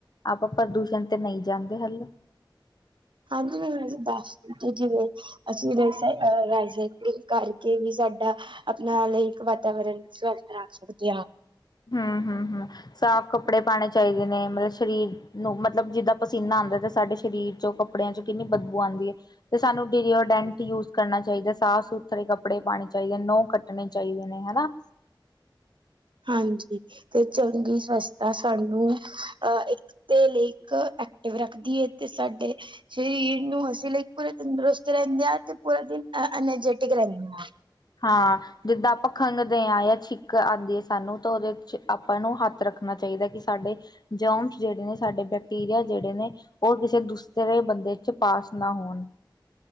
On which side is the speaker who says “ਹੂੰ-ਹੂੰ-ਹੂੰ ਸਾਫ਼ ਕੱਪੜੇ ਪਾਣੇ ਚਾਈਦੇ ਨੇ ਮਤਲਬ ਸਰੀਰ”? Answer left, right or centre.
Left